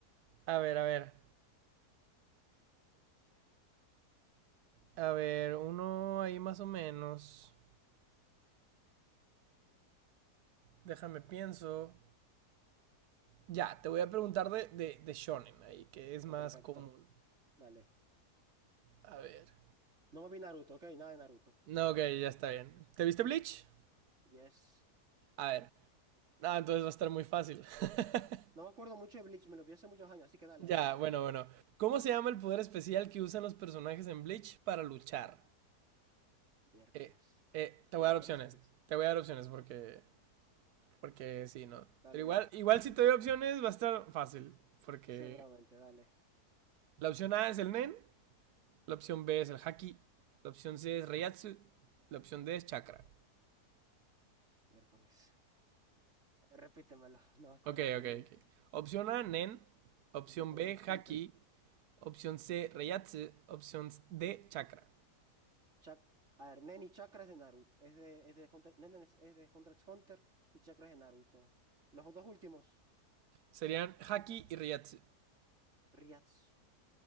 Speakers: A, on the right; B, on the right.
A: A ver, a ver. A ver, uno ahí más o menos. Déjame pienso. Ya, te voy a preguntar de, de, de shonen ahí, que es
B: Ah,
A: más
B: perfecto.
A: común.
B: Dale.
A: A ver.
B: No vi Naruto, ok, nada de Naruto.
A: No, ok, ya está bien. ¿Te viste Bleach?
B: Yes.
A: A ver. Ah, entonces va a estar muy fácil. <laughs>
B: No me acuerdo mucho de Bleach, me lo vi hace muchos años, así que dale,
A: Ya,
B: hazlo.
A: bueno, bueno. ¿Cómo se llama el poder especial que usan los personajes en Bleach para luchar?
B: Miércoles.
A: Eh, eh, te voy
B: Poderes
A: a dar opciones.
B: pis-
A: Te voy a dar opciones porque, porque sí, ¿no?
B: Dale,
A: Pero
B: dale.
A: igual, igual si te doy opciones va a estar fácil. Porque
B: Seguramente, dale.
A: la opción A es el Nen, la opción B es el Haki, la opción C es Reiatsu, la opción D es Chakra.
B: Miércoles. Repítemelo, <laughs> no me acuerdo
A: Ok,
B: de ninguno.
A: ok, ok. Opción A, Nen. Opción
B: Dos Hunter
A: B,
B: x
A: Haki.
B: Hunter.
A: Opción C, Reiatsu. Opción D, Chakra.
B: Chac- A ver, Nen y Chakra es de Naruto. Es de, es de Hunter... Nen es, es de Hunter x Hunter y Chakra es de Naruto. Los dos últimos.
A: Serían Haki y Reiatsu.
B: Ryatsu.